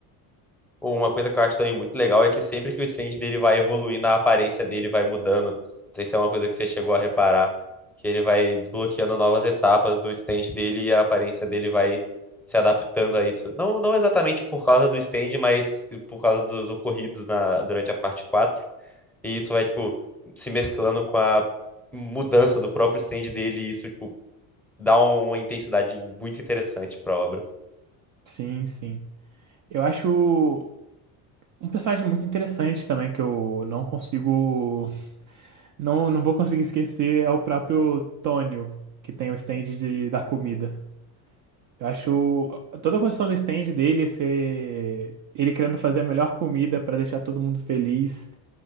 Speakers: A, in the centre; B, on the right (about 40°).
A: Uma coisa que eu acho também muito legal é que sempre que o stand dele vai evoluindo, a aparência dele vai mudando. Não sei se é uma coisa que você chegou a reparar, que ele vai desbloqueando novas etapas do stand dele e a aparência dele vai se adaptando a isso. Não, não exatamente por causa do stand, mas por causa dos ocorridos na, durante a parte quatro E isso vai, tipo, se mesclando com a mudança do próprio stand dele, e isso, tipo, dá uma intensidade muito interessante pra obra.
B: Sim, sim. Eu acho um personagem muito interessante também que eu não consigo, não, não vou conseguir esquecer é o próprio Tonio, que tem o stand de, da comida. Eu acho toda a construção do stand dele ser ele querendo fazer a melhor comida pra deixar todo mundo feliz